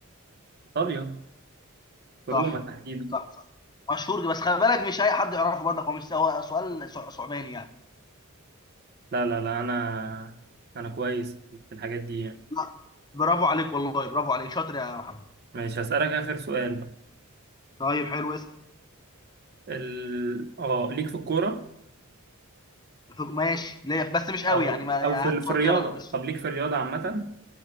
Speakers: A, on the right; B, on the left.
A: ايطاليا روما
B: صح
A: تحديدا
B: صح صح مشهور بس خلي بالك مش أي حد يعرفه برضك هو مش هو سؤال صع- صعباني يعني
A: لا لا لا انا انا كويس في الحاجات دي يعني
B: لا برافو عليك والله برافو عليك شاطر يا محمد
A: ماشي هسألك اخر سؤال بقى
B: طيب حلو اسال
A: ال... اه ليك في الكورة
B: فوق- ماشي ليا بس مش قوي
A: او
B: يعني ما
A: او
B: يعني
A: في, ال-
B: هات
A: في
B: سؤال
A: الرياضة
B: كده من على الوش
A: طب ليك في الرياضة عامة